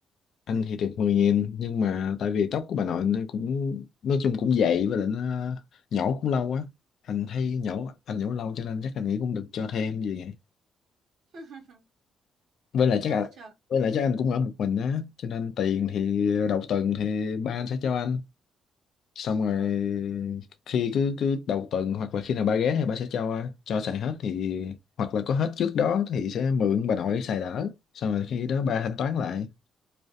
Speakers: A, on the left (about 65°); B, on the right (about 65°).
A: anh thì được mười nghìn nhưng mà tại vì tóc của bà nội nó cũng nói chung cũng dày với lại nó nhổ cũng lâu quá anh thấy nhổ anh nhổ lâu cho nên chắc anh nghĩ cũng được cho thêm gì vậy.
B: <laughs>
A: với
B: Đáng
A: lại chắc
B: yêu
A: à,
B: quá trời.
A: với lại chắc anh cũng ở một mình á cho nên tiền thì đầu tuần thì ba anh sẽ cho anh xong rồi
B: Ờ.
A: khi cứ cứ đầu tuần hoặc là khi nào ba ghé thì ba sẽ cho cho xài hết thì hoặc là có hết trước đó thì sẽ mượn bà nội xài đỡ xong rồi khi đó ba thanh toán lại